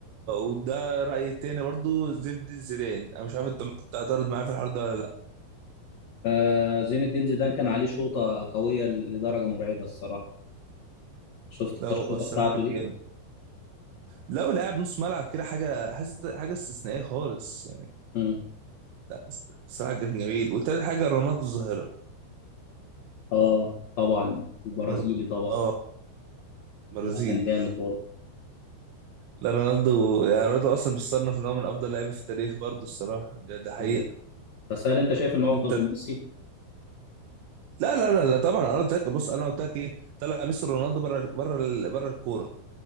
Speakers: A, on the right; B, on the left.
A: وده رايي التاني برضو زين الدين زيدان انا مش عارف انت ممكن تعترض معايا في الحوار ده ولا لا
B: آه زين الدين زيدان كان عليه شوطه قويه لدرجه مرعبه الصراحه شفت انت
A: لا هو
B: الشوطه
A: الصراحه
B: بتاعته
A: كان
B: دي
A: جامد لو لاعب نص ملعب كده حاجه حاجه استثنائيه خالص
B: مم.
A: لا الصراحة كان جميل وتالت حاجة رونالدو الظاهرة
B: اه طبعا البرازيلي
A: رونالدو
B: طبعا
A: اه برازيلي
B: ده كان جامد
A: لا رونالدو يعني رونالدو اصلا بيصنف ان هو من افضل لعيبه في التاريخ برضه الصراحه ده ده حقيقه
B: برضه بس هل انت شايف انه افضل
A: انت
B: من ميسي؟
A: لا لا لا لا طبعا انا قلت لك بص انا قلت لك ايه طلع ميسي رونالدو بره بره ال- بره الكوره